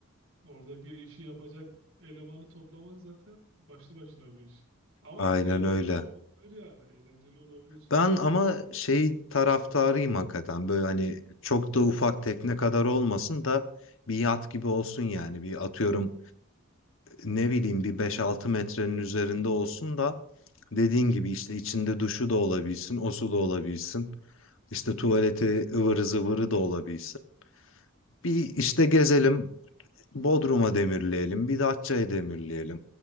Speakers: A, on the right; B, on the left.
A: oradaki işi yapacak elemanı toplamak zaten başlı başına bir iş. Ama
B: Aynen
A: eğlenceli
B: öyle.
A: olabilir yani. Eğlenceli olabilir.
B: Ben ama şey taraftarıyım hakikaten. Böyle hani çok da ufak tekne kadar olmasın da bir yat gibi olsun yani. Bir atıyorum ne bileyim bir beş altı metrenin üzerinde olsun da dediğin gibi işte içinde duşu da olabilsin, o su da olabilsin. İşte tuvaleti ıvırı zıvırı da olabilsin. Bir işte gezelim, Bodrum'a demirleyelim, bir Datça'ya demirleyelim.